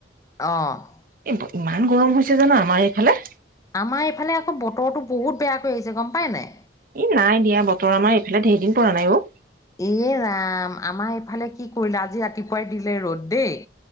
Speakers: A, on the left; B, on the right.
A: অ'।
B: এ ইমান গৰম হৈছে জানা, আমাৰ এইফালে।
A: আমাৰ এইফালে আকৌ বতৰটো বহুত বেয়া কৰি আহিছে, গম পাই নাই।
B: এ, নাই দিয়া বতৰ আমাৰ এইফালে ঢেৰ দিন পৰা নাই অ'।
A: এ, ৰাম আমাৰ এইফালে কি কৰিলে, আজি ৰাতিপুৱাই দিলে ৰ'দ দেই